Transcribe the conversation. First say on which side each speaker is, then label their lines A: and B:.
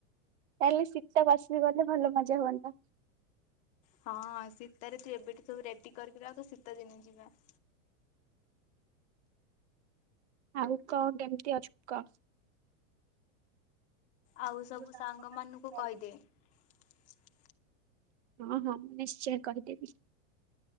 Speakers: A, on the right; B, on the left.
A: ତାଲେ ଶୀତା ବାସିବି ଗଲେ ଭଲ ମଜା ହୁଅନ୍ତା।
B: ହଁ ସୀତରେ ତୁ ଏବେଠୁ ସବୁ ରେ୍ ତି କରିକି ଆଉ ତ ଶୀତ ଦିନେ ଯିବା। <inaudible>
A: ଆଉ କଣ କେମତି ଅଛୁ? କ୍
B: ଆଉ ସବୁ
A: ସାଙ୍ଗମାନେ
B: ସାଙ୍ଗ ମାନଙ୍କୁ
A: କହିବେ।
B: କହିଦେ <inaudible>
A: ହଁ ହଁ ମୁଁ ନିଶ୍ଚୟ କହିଦେବି,